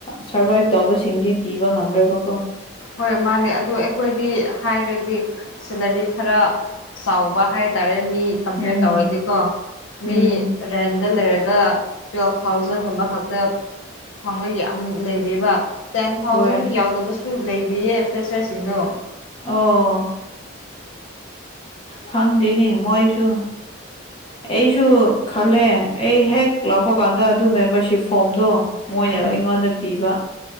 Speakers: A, on the left; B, on the left.
A: ꯁꯔꯚꯥꯏꯚ ꯇꯧꯕꯁꯤꯡꯗꯤ ꯄꯤꯕ ꯉꯝꯔꯣꯏꯕꯀꯣ
B: ꯍꯣꯏ ꯃꯥꯅꯦ ꯑꯗꯨ ꯑꯩꯈꯣꯏꯗꯤ ꯍꯥꯏꯔꯗꯤ ꯁꯦꯂꯔꯤ ꯈꯔ ꯆꯥꯎꯕ ꯍꯥꯏ ꯇꯔꯦ ꯃꯤ ꯀꯝꯄꯤꯌꯔ
A: ꯎꯝ
B: ꯇꯧꯔꯗꯤꯀꯣ
A: ꯎꯝ
B: ꯃꯤ ꯔꯦꯟꯗ ꯂꯩꯔꯒ ꯇꯨꯋꯦꯜꯐ ꯊꯥꯎꯖꯟꯒꯨꯝꯕ ꯈꯛꯇ ꯊꯥꯡꯉꯣꯏꯒꯤ ꯌꯥꯝ ꯂꯩꯕ ꯇꯦꯟ ꯊꯥꯎꯖꯟ
A: ꯍꯣꯏ
B: ꯌꯥꯎꯗꯕ ꯂꯩꯔꯤꯌꯦ ꯐ꯭ꯔꯦꯁꯔꯁꯤꯡꯗꯣ
A: ꯑꯣ ꯈꯪꯗꯦꯅꯦ ꯃꯣꯏꯁꯨ ꯑꯩꯁꯨ ꯈꯜꯂꯦ ꯑꯩ ꯍꯦꯛ ꯂꯥꯛꯄ ꯀꯥꯟꯗ ꯑꯗꯨ ꯃꯦꯝꯕꯔꯁꯤꯞ ꯐꯣꯝꯗꯣ ꯃꯣꯏꯅ
B: ꯎꯝ
A: ꯑꯩꯉꯣꯟꯗ ꯄꯤꯕ